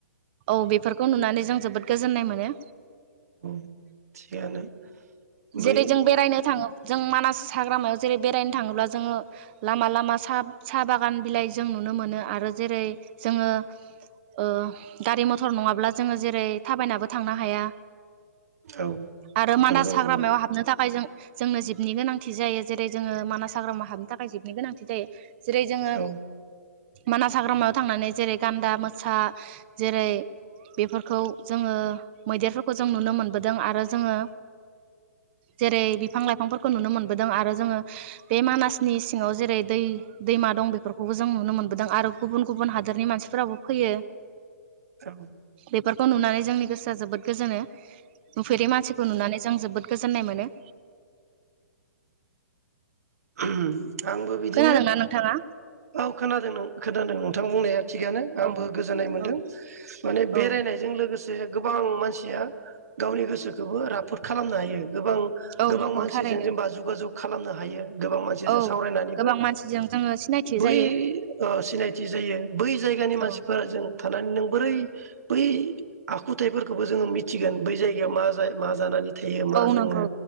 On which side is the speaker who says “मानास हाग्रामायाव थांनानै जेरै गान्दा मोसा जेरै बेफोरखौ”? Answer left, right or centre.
Right